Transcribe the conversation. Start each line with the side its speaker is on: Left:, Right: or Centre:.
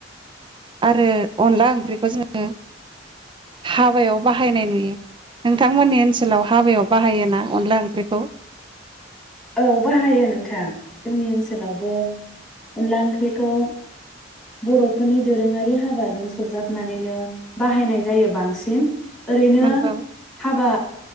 Right: आरो अनला ओंख्रिखौ जोङो हाबायाव बाहायनाय नुयो नोंथांमोननिओनसोलाव। ओनसोलाव हाबायाव बाहायो ना अनला ओंख्रिखौ।
Centre: औ बाहायो नोंथां जोंनि ओनसोलावबो अनला ओंख्रिखौ बरफोरनि दोरोङारि हाबाजों सरजाबनानैनो बाहायनाय जायो बांसिन। ओरैनो
Right: नंगौ
Centre: हाबा।